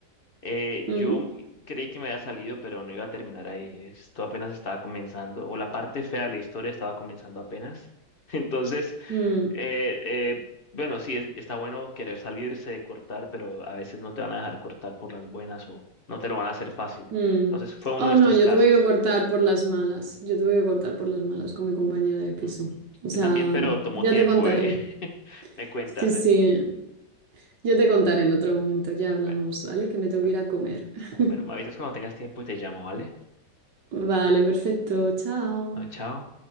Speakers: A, on the left; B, on the right.
A: eh,
B: ujú,
A: yo m- creí que me había salido, pero no iba a terminar ahí. Esto apenas estaba comenzando, o la parte fea de la historia estaba comenzando apenas. <laughs> Entonces,
B: mm.
A: eh, eh, bueno, sí, es- está bueno querer salirse, cortar, pero a veces no te van a dejar cortar por las buenas o no te lo van a hacer fácil.
B: Mm.
A: Entonces, fue uno
B: Oh,
A: de estos
B: no, yo
A: casos.
B: tuve que cortar por las malas. Yo tuve que cortar por las malas con mi compañera de piso.
A: Mm,
B: O sea,
A: yo también, pero tomó
B: ya
A: tiempo,
B: te contaré.
A: ¿eh? <laughs> Me cuentas,
B: Sí, sí,
A: ¿eh?
B: yo te contaré en otro momento. Ya hablamos,
A: Bueno.
B: ¿vale? Que me tengo
A: Bueno,
B: que ir a comer. <laughs>
A: bueno, me avisas cuando tengas tiempo y te llamo, ¿vale?
B: Vale, perfecto. Chao.
A: No, chao.